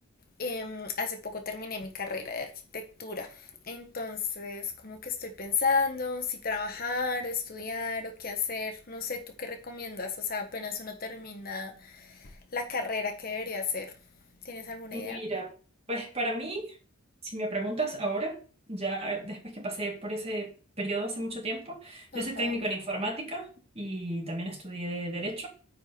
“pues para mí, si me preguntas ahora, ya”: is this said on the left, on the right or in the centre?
Right